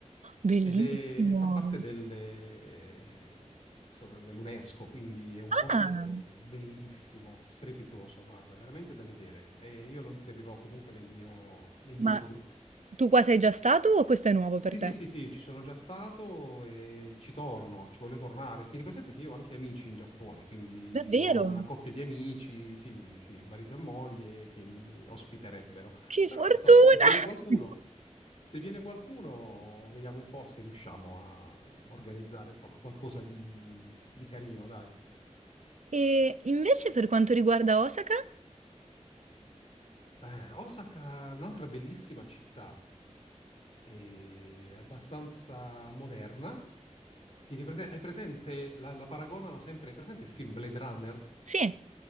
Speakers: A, on the right; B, on the left.
A: Bellissimo.
B: Ed è, fa parte delle- cosa- dell'UNESCO, quindi è un posto
A: Ah,
B: bellissimo, strepitoso, guarda, veramente da vedere. E io lo inserirò comunque nel mio, nel mio
A: ma
B: tour.
A: tu qua sei già stato o questo è nuovo per
B: Sì,
A: te?
B: sì, sì, sì, ci sono già stato e ci torno, ci voglio tornare. Tieni presente che io ho anche amici in Giappone, quindi
A: Davvero?
B: ho una coppia di amici, sì, sì, marito e moglie che mi ospiterebbero.
A: Che
B: Però,
A: fortuna!
B: insomma, se viene qualcuno,
A: <laughs>
B: se viene qualcuno, vediamo un po' se riusciamo a organizzare, insomma, qualcosa di, di carino, dai.
A: E invece per quanto riguarda Osaka?
B: Eh, Osaka è un'altra bellissima città, è abbastanza moderna. Tieni presen- hai presente, la, la paragonano sempre, hai presente il film Blade Runner?
A: Sì.